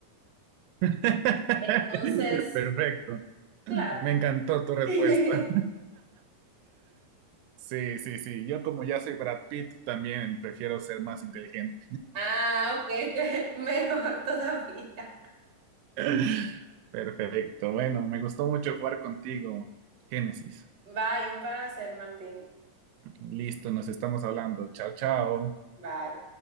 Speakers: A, on the right; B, on the right.
A: <laughs>
B: Entonces,
A: Perfecto.
B: claro.
A: Me encantó tu respuesta.
B: <laughs>
A: Sí, sí, sí. Yo como ya soy Brad Pitt, también prefiero ser más inteligente.
B: Ah, ok, <laughs> mejor todavía.
A: <laughs> Perfecto. Bueno, me gustó mucho jugar contigo, Génesis.
B: Bye, un placer, Martín.
A: Listo, nos estamos hablando. Chao, chao.
B: Bye.